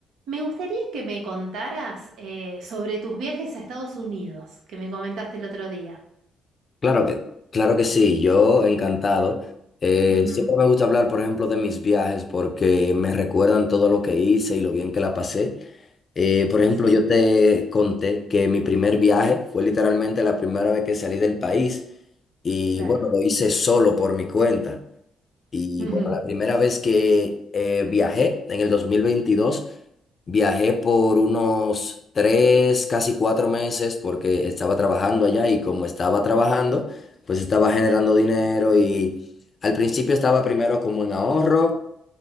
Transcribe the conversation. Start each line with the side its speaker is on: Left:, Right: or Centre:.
Right: Me gustaría que me contaras eh, sobre tus viajes a Estados Unidos, que me comentaste el otro día.
Left: Claro que, claro que sí, yo encantado. Eh,
Right: Ujú,
Left: siempre me gusta hablar, por ejemplo, de mis viajes porque me recuerdan todo lo que hice y lo bien que la pasé. Eh, por ejemplo,
Right: Sí,
Left: yo te conté que mi primer viaje fue literalmente la primera vez que salí del país y
Right: claro.
Left: bueno, lo hice solo por mi cuenta. Y
Right: Ujú,
Left: bueno, la primera vez que eh, viajé en el 2022. Viajé por unos tres, casi cuatro meses porque estaba trabajando allá y como estaba trabajando, pues estaba generando dinero y al principio estaba primero como en ahorro